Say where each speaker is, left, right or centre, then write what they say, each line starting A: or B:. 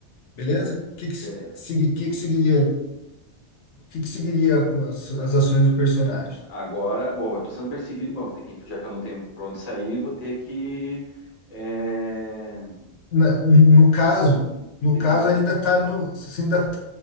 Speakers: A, on the left (about 80°); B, on the left (about 40°).
A: beleza? O que que,
B: Beleza.
A: segui- que que seguiria, o que que seguiria com as, as ações do personagem?
B: Agora, bom, eu tô sendo perseguido, bom, vou ter que, enf- já que eu não tenho pra onde sair, vou ter que. É,
A: Na- no caso, no
B: ter
A: caso
B: que enfrentar.
A: ainda está no, você ainda